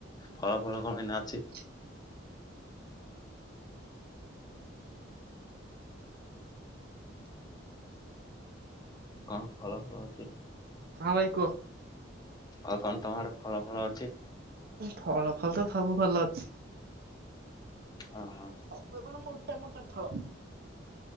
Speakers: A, on the left (about 20°); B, on the right (about 50°).
A: ଫଳ ଫଳ କଣ ଏଇନା ଅଛି।
B: । <inaudible> <inaudible>
A: କଣ ଫଳ ଫଳ ଅଛି।
B: ହଁ ଭାଇ କୁହ।
A: ଆଉ କଣ ତମ ଆଡ଼େ ଫଳ ଫଳ ଅଛି।
B: ଫଳ ଫଳ ତ ସବୁ ଭଲ ଅଛି।
A: ଓହୋ
B: ସବୁ ଏପଟେ ମୋଟା ମୋଟା ଫଳ।